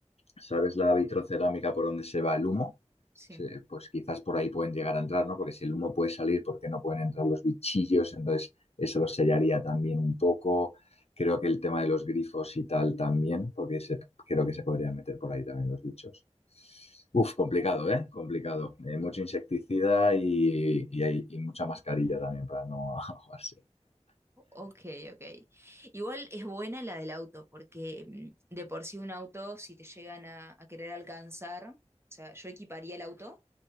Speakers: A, on the left (about 60°); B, on the right (about 20°).
A: ¿Sabes la vitrocerámica por donde se va el humo?
B: Sí.
A: Se- Pues quizás por ahí pueden llegar a entrar, ¿no? Porque si el humo puede salir, ¿por qué no pueden entrar los bichillos? Entonces, eso lo sellaría también un poco. Creo que el tema de los grifos y tal también, porque se- creo que se podrían meter por ahí también los bichos. Uf, complicado, ¿eh? Complicado. Eh, mucho insecticida y, y hay, y mucha mascarilla también para no <laughs> ahogarse.
B: Ok, ok. Igual es buena la del auto, porque mm, de por sí un auto, si te llegan a, a querer alcanzar, o sea, yo equiparía el auto